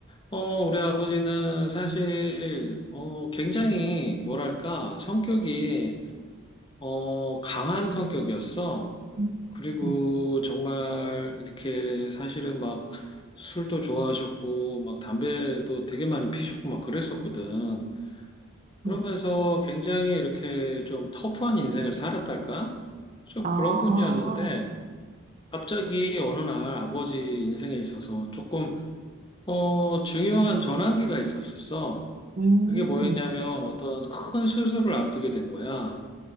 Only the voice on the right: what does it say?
음,
음,
음.
아,
음,